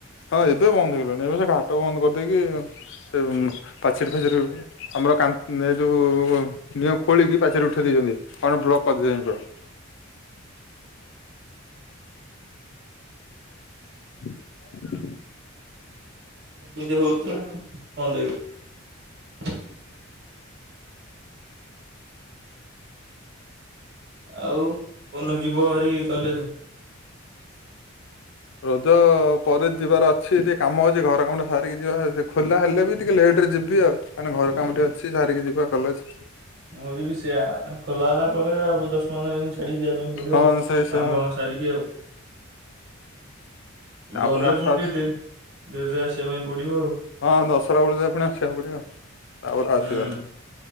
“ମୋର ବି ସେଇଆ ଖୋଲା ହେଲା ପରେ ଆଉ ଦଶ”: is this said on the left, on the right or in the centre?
Right